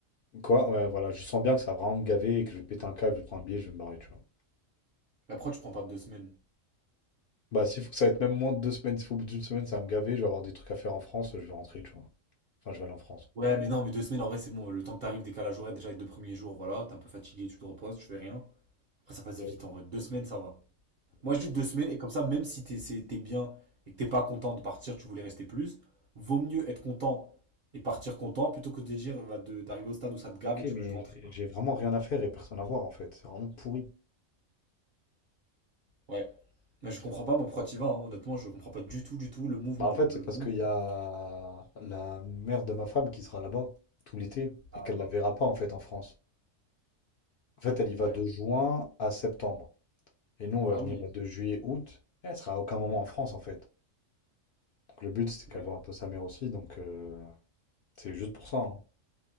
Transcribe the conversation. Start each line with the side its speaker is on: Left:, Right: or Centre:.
Left: Quoi? Ouais, voilà, je sens bien que ça va vraiment me gaver et que je vais péter un câble, je vais prendre un billet, je vais me barrer, tu vois.
Right: Après, tu prends pas deux semaines.
Left: Bah, s'il faut que ça va être même moins de deux semaines, s'il faut au bout d'une semaine, ça va me gaver, je vais avoir des trucs à faire en France, je vais rentrer, tu vois. Enfin, je vais aller en France.
Right: Ouais, mais non, mais deux semaines en vrai, c'est bon. Le temps que t'arrives, décalage horaire déjà les deux premiers jours, voilà, t'es un peu fatigué, tu te reposes, tu fais rien. Après, ça passe
Left: Euh,
Right: vite en vrai. Deux semaines, ça va. Moi,
Left: je-
Right: je dis deux semaines, et comme ça, même si t'es, c'est- t'es bien et que t'es pas content de partir, tu voulais rester plus, vaut mieux être content et partir content plutôt que de dire bah, de- d'arriver au stade où ça te gave
Left: Ok,
Right: et tu
Left: mais
Right: veux juste rentrer.
Left: j'ai vraiment rien à faire et personne à voir en fait. C'est vraiment pourri.
Right: Ouais. Mais je
Left: C'est-
Right: comprends pas, moi, pourquoi t'y vas, hein. Honnêtement, je comprends pas du tout, du tout le mouvement,
Left: Bah, en fait,
Right: là.
Left: c'est
Right: Le
Left: parce
Right: mouvement.
Left: qu'il y a la mère de ma femme qui sera là-bas tout l'été
Right: Ah
Left: et qu'elle
Right: ouais.
Left: la verra pas en fait en France. En fait, elle y
Right: Ouais.
Left: va de juin à septembre. Et nous, on va
Right: Ah
Left: venir
Right: oui.
Left: de juillet, août. Et elle sera à aucun moment en France en fait. Donc, le but, c'est qu'elle
Right: Ouais.
Left: voit un peu sa mère aussi. Donc, euh, c'est juste pour ça. hein.